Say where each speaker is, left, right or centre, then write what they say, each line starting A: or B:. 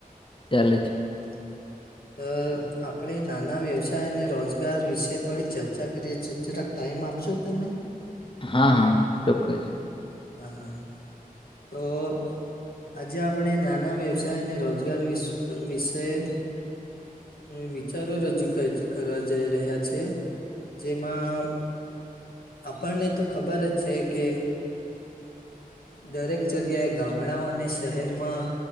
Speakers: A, on the left (about 35°); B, on the left (about 80°).
A: ચાલે છે.
B: અવે અ આપણેે નાના વ્યવસાય અને રોજગાર વિશે થોડી ચર્ચા કરીએ છીએ જરાક ટાઇમ આપશો તમે?
A: હા, ચોક્કસ.
B: હા હા તો આજે આપણે નાના વ્યવસાય અને રોજગાર વિષ વિષયે મે વિચારો રજૂ કજ કરવા જઈ રહ્યા છે. જેમાં આપણને તો ખબર જ છે કે દરેક જગ્યાએ ગામડાઓ અને શહેરમાં